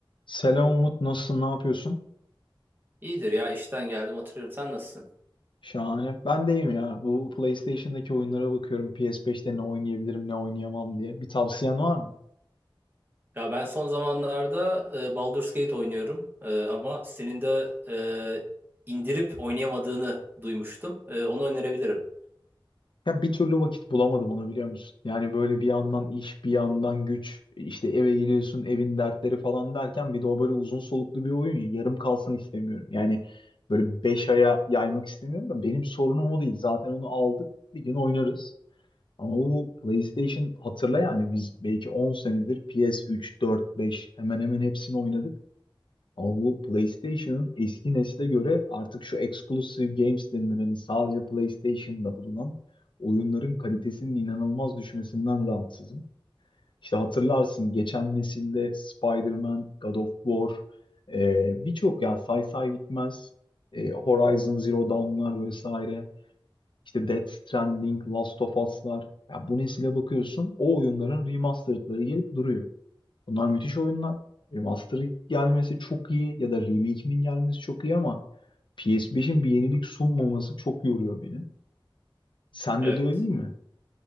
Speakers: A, on the left; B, on the right.
A: Selam Umut, nasılsın, ne yapıyorsun?
B: İyidir ya işten geldim oturuyorum. Sen nasılsın?
A: Şahane. Ben deyim ya. Bu PlayStation'daki oyunlara bakıyorum. PS5'te ne oynayabilirim, ne oynayamam diye. Bir tavsiyen var mı?
B: Ya ben son zamanlarda e, Baldur's Gate oynuyorum. E, ama senin de e, indirip oynayamadığını duymuştum. E, onu önerebilirim.
A: Ya bir türlü vakit bulamadım ona biliyor musun? Yani böyle bir yandan iş, bir yandan güç, işte eve geliyorsun, evin dertleri falan derken bir de o böyle uzun soluklu bir oyun ya. Yarım kalsın istemiyorum. Yani böyle 5 aya yaymak istemiyorum da benim sorunum o değil. Zaten onu aldık. Bir gün oynarız. Ama bu PlayStation hatırla yani biz belki 10 senedir PS3, 4, 5 hemen hemen hepsini oynadık. Ama bu PlayStation'ın eski nesle göre artık şu exclusive games denilen hani sadece PlayStation'da bulunan oyunların kalitesinin inanılmaz düşmesinden rahatsızım. İşte hatırlarsın geçen nesilde Spider-Man, God of War, e, birçok ya say say bitmez e, Horizon Zero Dawn'lar vesaire. İşte Death Stranding, Last of Us'lar. Ya bu nesile bakıyorsun o oyunların remastered'ları gelip duruyor. Bunlar müthiş oyunlar. Remastered gelmesi çok iyi ya da remake'inin gelmesi çok iyi ama PS5'in bir yenilik sunmaması çok yoruyor beni. Sende
B: Evet.
A: de öyle değil mi?